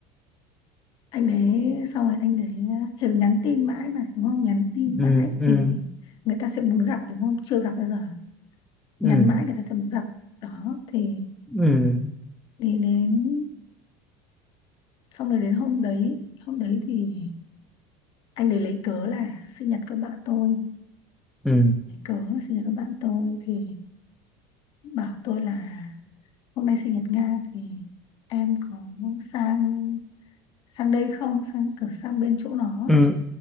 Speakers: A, on the left; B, in the centre.
A: anh đấy xong rồi anh đấy à, kiểu nhắn tin mãi mà đúng không nhắn tin
B: ừ
A: mãi thì
B: ừ
A: người ta sẽ muốn gặp đúng không chưa gặp bao giờ
B: ừ
A: nhắn mãi người ta sẽ muốn gặp đó thì
B: ừ
A: đi đến xong rồi đến hôm đấy hôm đấy thì anh đấy lấy cớ là sinh nhật con bạn tôi
B: ừ
A: lấy cớ là sinh nhật con bạn tôi thì bảo tôi là hôm nay sinh nhật Nga thì em có sang sang đây không sang kiểu sang bên chỗ nó
B: ừ
A: ấy.